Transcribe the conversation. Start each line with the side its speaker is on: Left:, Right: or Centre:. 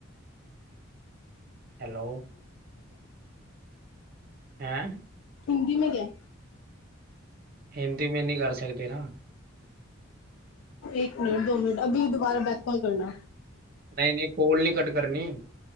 Right: ਹੈਲੋ ਹੈਂ।
Left: ਹਿੰਦੀ ਮੇ ਕਯਾ
Right: ਹਿੰਦੀ ਮੇ ਨੀ ਕਰ ਸਕਦੇ ਨਾ।
Left: ਇੱਕ ਮਿੰਟ ਦੋ ਮਿੰਟ ਅਗਲੀ ਦੁਬਾਰਾ ਬੈਕ ਕਾਲ ਕਰਨਾ।
Right: ਨਈ-ਨਈ ਕੋਲ ਨੀ ਕੱਟ ਕਰਨੀ।